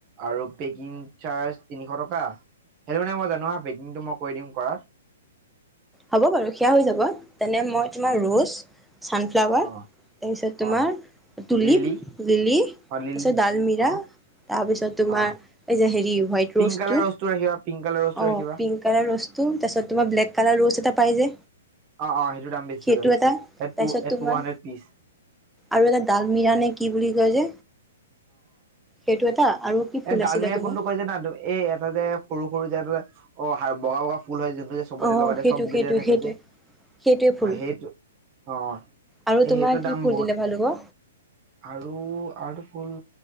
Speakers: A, on the right; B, in the centre.
A: আৰু পেকিং চাৰ্জ তিনিশ টকা। সেইটো মানে মই জানোহা পেকিংটো মই কৰি দিম কৰাত।
B: হ'ব বাৰু সেয়া হৈ যাব তেনে মই তোমাৰ
A: অ',
B: ৰোজ ছানফ্লাৱাৰ
A: অ',
B: তাৰপিছত তোমাৰ
A: অ',
B: টুলিপ,
A: লিলি
B: লিলি
A: অ', লিলি
B: তাৰপিছত ডালমিৰা
A: অ',
B: তাৰ পিছত তোমাৰ
A: অ',
B: এই যে হে ই হোৱাইট
A: পিংক
B: ৰজটো
A: কালাৰ ৰাখিবা পিংক কালাৰ ৰ'জটো
B: অ,
A: ৰাখিবা।
B: পিংক কালাৰ ৰজটো তাৰপিছত তোমাৰ ব্লেক কালাৰ ৰজ এই যে
A: অ', অ', সেইটো দাম বেছি
B: সেইটো
A: হয়
B: এটা
A: এ
B: তাৰপিছত
A: টু -টু
B: তোমাৰ
A: হান্দ্ৰেড পিচ
B: আৰু <unintelligible> ডালমিৰানে কি বুলি কয় যে সেইটো এটা আৰু কি ফুল
A: এ ডালমিৰা
B: আছিলে তোমাৰ
A: কোনটো কৈ জানা এই এটা যে সৰু-সৰু যে এটা যে অ, হাৰ বগা-বগা পুল হয় যি যে চবতে
B: অ
A: লগাই দ
B: সেইটো
A: চব গোগেটৰে
B: সেইটো
A: থাকে
B: সেইটোৱে
A: যে।
B: সেইটোৱে ফুল
A: অ' সেইটো, অ'
B: আৰু
A: এ
B: তোমাৰ
A: সেইটো
B: কি
A: দাম
B: ফুল
A: বহুত
B: দিলে ভাল হ'ব
A: আৰু আৰু ফুল